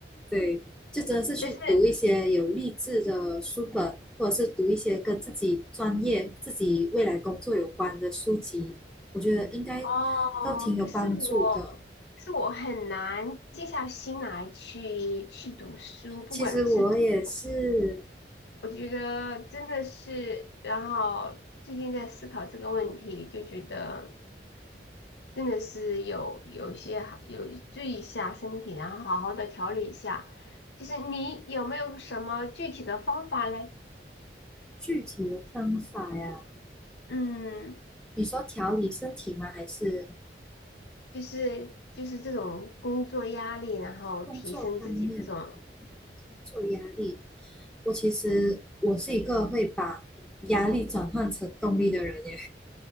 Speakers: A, in the centre; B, on the left (about 75°).
A: 对，就真的是去读一些有励志的书本，
B: 但是
A: 或者是读一些跟自己专业、自己未来工作有关的书籍，我觉得应该
B: 哦，
A: 都挺有帮助的。
B: 可是我，可是我很难静下心来去去读书，不管是读，
A: 其实我也是
B: 我觉得真的是，然后最近在思考这个问题，就觉得。真的是有有一些好有注意一下身体，然后好好的调理一下。就是你有没有什么具体的方法嘞？
A: 具体的方法呀，
B: 嗯，
A: 你说调理身体吗？还是
B: 就是就是这种工作压力，然后提升自己这种
A: 工作方面、工作压力？我其实我是一个会把压力转换成动力的人耶，